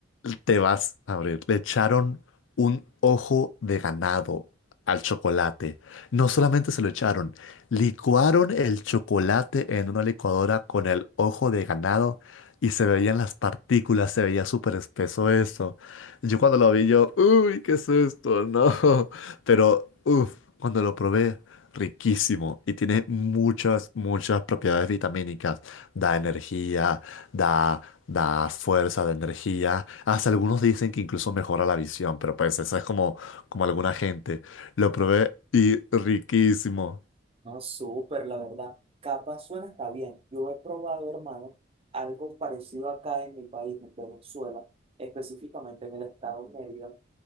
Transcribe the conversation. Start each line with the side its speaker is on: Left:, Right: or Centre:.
Left: Te vas a abrir. Le echaron un ojo de ganado al chocolate. No solamente se lo echaron, licuaron el chocolate en una licuadora con el ojo de ganado y se veían las partículas, se veía súper espeso eso. Yo cuando lo vi, yo, uy, ¿qué es esto? <laughs> No. Pero, uff, cuando lo probé. Riquísimo y tiene muchas, muchas propiedades vitamínicas. Da energía, da, da fuerza, da energía. Hasta algunos dicen que incluso mejora la visión, pero pues eso es como, como alguna gente. Lo probé y riquísimo.
Right: No, súper, la verdad. Capa suena está bien. Yo he probado, hermano, algo parecido acá en mi país, en Venezuela, específicamente en el estado de Mérida,